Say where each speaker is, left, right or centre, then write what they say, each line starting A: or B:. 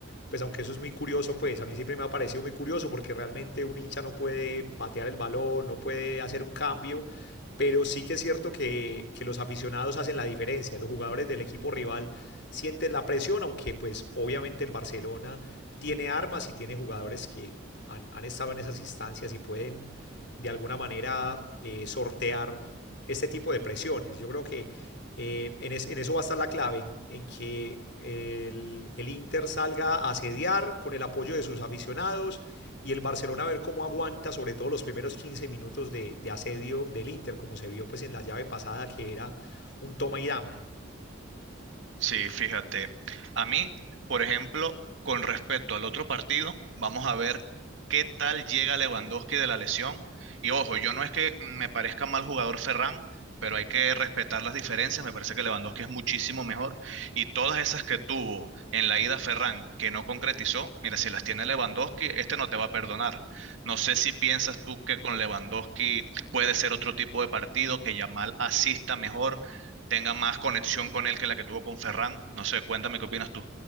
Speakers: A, on the left; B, on the right.
A: Pues aunque eso es muy curioso, pues a mí siempre me ha parecido muy curioso porque realmente un hincha no puede patear el balón, no puede hacer un cambio, pero sí que es cierto que, que los aficionados hacen la diferencia. Los jugadores del equipo rival sienten la presión, aunque pues obviamente el Barcelona tiene armas y tiene jugadores que han, han estado en esas instancias y pueden de alguna manera eh, sortear este tipo de presiones. Yo creo que eh, en, es, en, eso va a estar la clave, en, en que el, el, Inter salga a asediar con el apoyo de sus aficionados y el Barcelona a ver cómo aguanta, sobre todo los primeros 15 minutos de, de asedio del Inter, como se vio pues en la llave pasada que era un toma y dame.
B: Sí, fíjate. A mí, por ejemplo, con respecto al otro partido, vamos a ver qué tal llega Lewandowski de la lesión. Y ojo, yo no es que me parezca mal jugador Ferran, pero hay que respetar las diferencias. Me parece que Lewandowski es muchísimo mejor. Y todas esas que tuvo en la ida Ferran, que no concretizó, mira, si las tiene Lewandowski, este no te va a perdonar. No sé si piensas tú que con Lewandowski puede ser otro tipo de partido, que Yamal asista mejor tenga más conexión con él que la que tuvo con Ferran. No sé, cuéntame qué opinas tú.